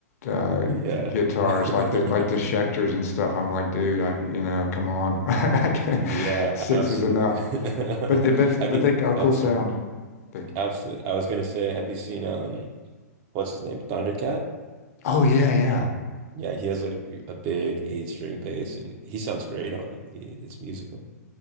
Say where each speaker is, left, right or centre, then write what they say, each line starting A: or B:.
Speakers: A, on the left; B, on the right.
A: uh,
B: Yeah.
A: guitars,
B: <laughs>
A: like the like the Schecters and stuff. I'm like, dude, I you know, come on, <laughs> I can't,
B: Yeah,
A: six
B: absolutely.
A: is enough. But they
B: <laughs>
A: but
B: Have
A: but
B: you
A: they got a cool
B: Oh, sorry.
A: sound. They,
B: Absolutely. I was gonna say, have you seen um what's his name? Thundercat?
A: oh yeah, yeah.
B: Yeah, he has like a big eight string bass and he sounds great on it. He it's musical.